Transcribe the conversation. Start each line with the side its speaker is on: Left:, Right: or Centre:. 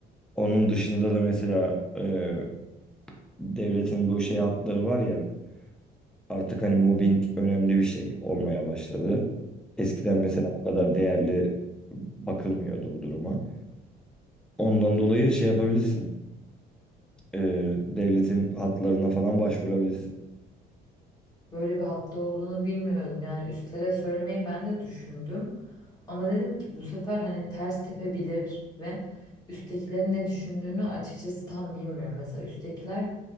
Centre: Onun dışında da mesela e, devletin bu şey hatları var ya artık hani mobbing önemli bir şey olmaya başladı. Eskiden mesela
Left: Hı
Centre: bu kadar değerli bakılmıyordu bu duruma. Ondan dolayı şey yapabilirsin. Ee, devletin hatlarına falan başvurabilirsin.
Left: Böyle bir hatta olduğunu bilmiyordum. Yani üstlere söylemeyi ben de düşündüm. Ama dedim ki bu sefer hani ters tepebilir ve üsttekilerin ne düşündüğünü açıkçası tam bilmiyorum. Mesela üsttekiler